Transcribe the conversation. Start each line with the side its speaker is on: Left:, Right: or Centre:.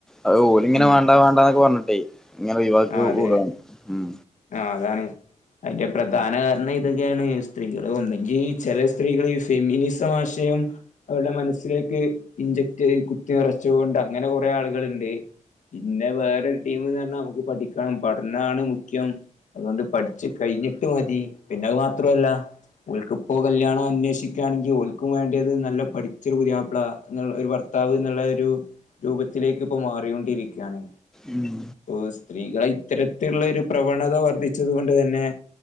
Centre: അത് ഓല്ങ്ങനെ
Left: ഉം
Centre: വാണ്ടാ വാണ്ടാന്നൊക്കെ പറഞ്ഞിട്ടേയ് ഇങ്ങനെ ഒഴിവാക്കി
Left: ആ അതെ
Centre: വിടാണ്
Left: അതെ
Centre: ഉം
Left: ആഹ് അതാണ് അയ്ന്റെ പ്രധാന കാരണിതൊക്കേണ് സ്ത്രീകള് ഒന്നെങ്കീ ചെല സ്ത്രീകള് ഇഫ് ഫെമിനിസ മാശയം അവരുടെ മനസ്സിലേക്ക് ഇഞ്ചക്ട് ചെയ് കുത്തി നെറച്ചത്കൊണ്ട് അങ്ങനെ കുറേ ആള്കള്ണ്ട് പിന്നെ വേരൊര് ടീമ്ന്ന് പറഞ്ഞാ നമ്മക്ക് പഠിക്കണം പഠനാണ് മുഖ്യം അത്കൊണ്ട് പഠിച്ച് കഴിഞ്ഞിട്ട് മതി പിന്നെ അത് മാത്രോല്ല ഓൽക്ക്പ്പോ കല്യാണ അന്വേഷിക്കാണെങ്കി ഓൽക്കും വേണ്ടത് നല്ല പഠിച്ചൊരു പുതിയാപ്ലാ അങ്ങനെള്ള ഒരു ഭർത്താവ്ന്ന്ള്ള ഒരു രൂപത്തിലേക്ക് ഇപ്പൊ മാറിങ്ങോണ്ടിരിക്കാണ്
Centre: ഉം
Left: ഓഹ് സ്ത്രീകളെ ഇത്തരത്തിലുള്ള ഒരു പ്രവണത വർദ്ധിച്ചത് കൊണ്ട് തന്നെ